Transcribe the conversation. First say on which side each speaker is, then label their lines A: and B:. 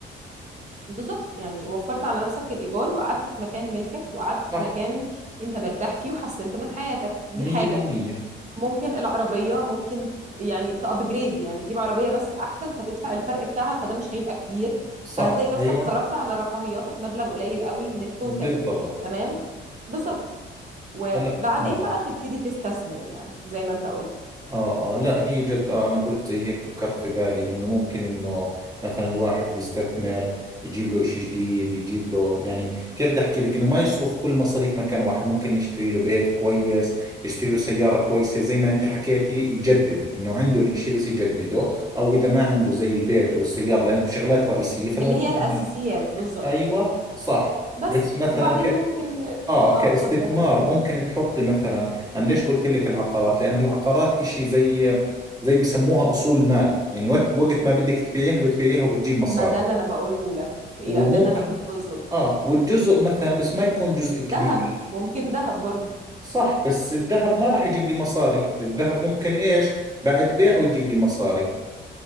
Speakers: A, on the right; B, on the right.
A: بالظبط يعني وفرت على نفسك الإيجار وقعدت في مكان ملكك وقعدت
B: صح
A: في مكان أنت مرتاح فيه وحسنت من حياتك دي
B: 100%
A: حاجة ممكن العربية ممكن يعني تأبجريد يعني تجيب عربية بس أحسن فتدفع الفرق بتاعها فده مش هيبقى كبير
B: صح
A: فهتلاقي نفسك
B: ايوه
A: صرفت على رفاهياتك مبلغ قليل قوي من التوتال
B: بالضبط
A: تمام بالظبط وبعدين
B: فلا اه
A: بقى تبتدي تستثمر يعني زي ما أنت قلت
B: آه آه لا هي جد آه أنا قلت زي هيك فكرت في بالي إنه ممكن إنه مثلا الواحد يستثمر يجيب له إشي جديد يجيب له يعني كيف بدي أحكي لك إنه ما يصرف كل مصاريف مكان واحد ممكن يشتري له بيت كويس يشتري له سيارة كويسة زي ما أنت حكيتي يجدد إنه عنده الإشي بس يجدده أو إذا ما عنده زي البيت والسيارة لأنهم شغلات رئيسية فالمفروض
A: اللي هي الأساسيات
B: إنه
A: بالظبط
B: أيوة صح
A: بس
B: بس مثلا
A: وبعدين
B: ك
A: ممكن
B: اه
A: اه
B: كاستثمار
A: اتفضل
B: ممكن تحطي مثلا انا ليش قلت لك العقارات لان العقارات اشي زي زي بيسموها اصول مال يعني وقت وقت ما بدك تبيعيها بتبيعيها وبتجيب مصاري
A: ما ده اللي انا بقوله لك هي
B: وممكن
A: ده اللي انا قلته بالظبط
B: اه والجزء مثلا بس ما يكون جزء كبير
A: دهب ممكن دهب برضو
B: صح بس الذهب ما راح يجيب لي مصاري الذهب ممكن ايش بعد بيعه يجيب لي مصاري